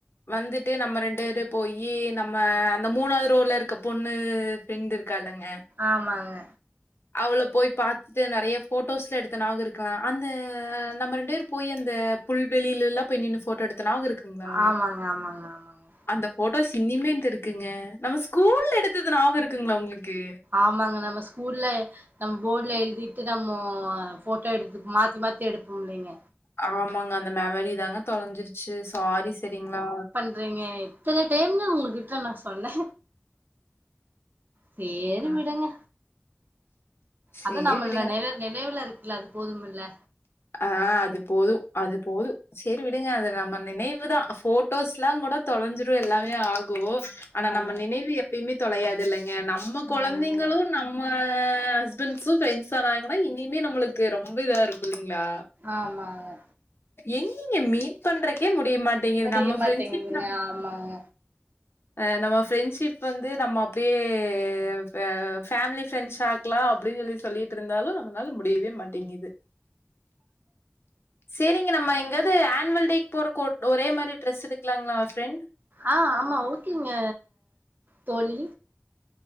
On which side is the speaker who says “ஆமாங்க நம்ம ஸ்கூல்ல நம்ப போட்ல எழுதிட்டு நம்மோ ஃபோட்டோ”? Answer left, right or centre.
Right